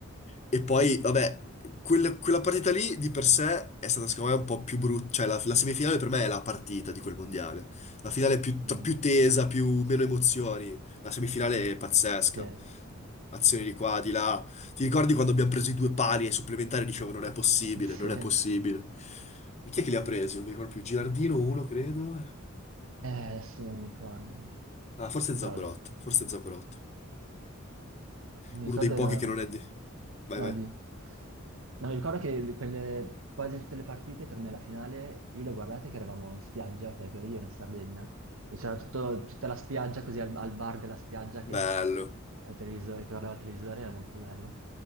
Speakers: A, on the left (about 30°); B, on the right (about 70°).
A: E poi, vabbè, quel- quella partita lì di per sé è stata secondo me un po' più brutta, cioè la, la semifinale per me è la partita di quel mondiale, la finale è più,
B: Mm,
A: tra- più tesa, più, meno emozioni, la semifinale è pazzesca,
B: sì,
A: azioni di qua, di là, ti ricordi quando abbiamo preso i due pali ai supplementari e dicevo non è possibile,
B: <laughs> sì.
A: non
B: Eh,
A: è possibile, e chi è che li ha presi? Non mi ricordo più, Gilardino uno credo,
B: adesso non mi ricordo.
A: ah forse Zambrotta,
B: Cavolo.
A: forse Zambrotta,
B: Mi
A: uno
B: ricordo
A: dei
B: era...
A: pochi che non è di... Vai
B: No,
A: vai,
B: di... no, mi ricordo che quelle- quasi tutte le partite, tranne la finale, io l'ho guardate che eravamo in spiaggia, perché io ero in Sardegna, e c'era tutto- tutta la spiaggia, così al, al bar della spiaggia che...
A: bello,
B: che- al televisore, che guardava il televisore, era molto bello.